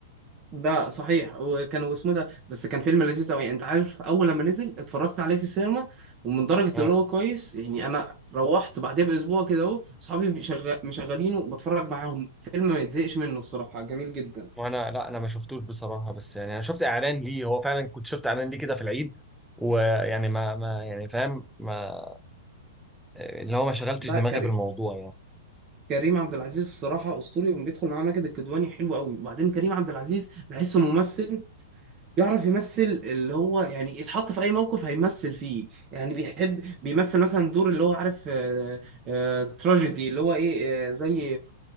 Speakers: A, on the right; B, in the centre.
A: ده صحيح وكانوا اسمه ده بس كان فيلم لذيذ قوي انت عارف اول لما نزل اتفرجت عليه في السينما ومن درجه
B: اه
A: اللي هو كويس يعني انا روحت بعدها باسبوع كده اهو اصحابي بيشغ- مشغلينه وبتفرج معاهم فيلم ما يتزهقش منه الصراحه جميل جدا
B: وانا لا انا ما شفتوش بصراحه بس يعني انا شفت اعلان ليه هو فعلا كنت شفت اعلان ليه كده في العيد ويعني ما ما يعني فاهم ما اللي هو ما شغلتش
A: ده
B: دماغي
A: كريم
B: بالموضوع يعني
A: كريم عبد العزيز الصراحه اسطوري وبيدخل معاه ماجد الكدواني حلو قوي وبعدين كريم عبد العزيز بحسه ممثل يعرف يمثل اللي هو يعني يتحط في اي موقف هيمثل فيه يعني بيحب بيمثل مثلا دور اللي هو عارف آه، آه، تراجيدي اللي هو ايه آه، زي